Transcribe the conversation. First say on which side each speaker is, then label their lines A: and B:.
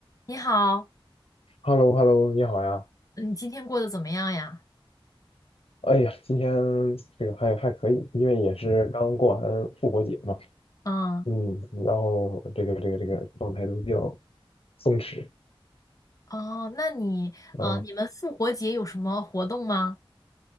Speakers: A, on the left; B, on the left.
A: 你好，
B: h e l l o h e l l o 你好呀！
A: 你今天过得怎么样呀？
B: 哎呀，今天这个还还可以，因为也是刚过完复活节嘛，
A: 嗯，
B: 嗯，然后这个这个这个状态都比较松弛，
A: 哦，那你，呃，
B: 嗯，
A: 你们复活节有什么活动吗？